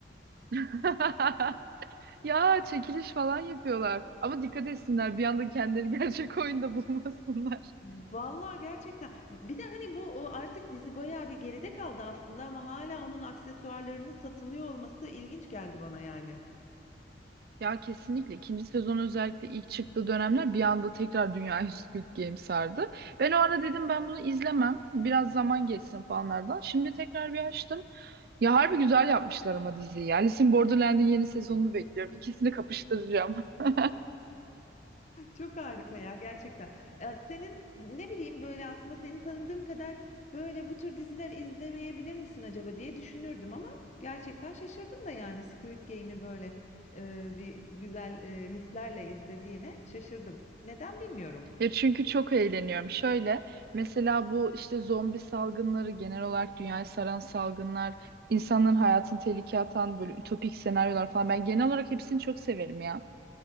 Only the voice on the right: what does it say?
<laughs> Ya çekiliş falan yapıyorlar. Ama dikkat etsinler bir anda kendileri <laughs> gerçek oyunda bulmasınlar.
Ya kesinlikle ikinci sezon özellikle ilk çıktığı dönemler bir anda tekrar dünyayı Squid Game sardı. Ben o ara dedim ben bunu izlemem. Biraz zaman geçsin falanlardan. Şimdi tekrar bir açtım. Ya harbi güzel yapmışlar ama diziyi. Ya Alice in Borderland'in yeni sezonunu bekliyorum. İkisini kapıştıracağım. <laughs>
Ya çünkü çok eğleniyorum. Şöyle mesela bu işte zombi salgınları genel olarak dünyayı saran salgınlar insanların hayatını tehlikeye atan böyle ütopik senaryolar falan. Ben genel olarak hepsini çok severim ya.